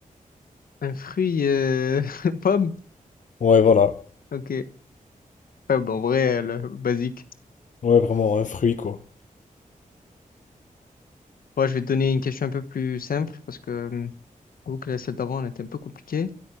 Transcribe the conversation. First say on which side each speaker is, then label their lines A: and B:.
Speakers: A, on the left; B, on the left.
A: un fruit, euh, <laughs> pomme.
B: Ouais, voilà.
A: Ok. Ouais, bon, en vrai, euh, le basique.
B: Ouais, vraiment, un fruit quoi.
A: Moi, je vais te donner une question un peu plus simple parce que, hum, j'avoue que la celle d'avant, elle était un peu compliquée.